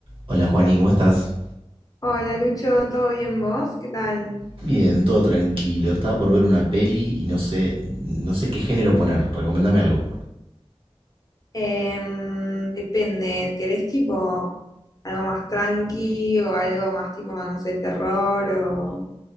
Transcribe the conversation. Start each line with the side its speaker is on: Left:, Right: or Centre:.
Right: Hola Juani, ¿cómo estás?
Left: Hola Lucho, ¿todo bien vos? ¿Qué tal?
Right: Bien, todo tranquilo. Estaba por ver una peli y no sé, no sé qué género poner. Recomendame algo.
Left: Em, depende, ¿querés tipo algo más tranqui o algo más tipo, no sé, terror o...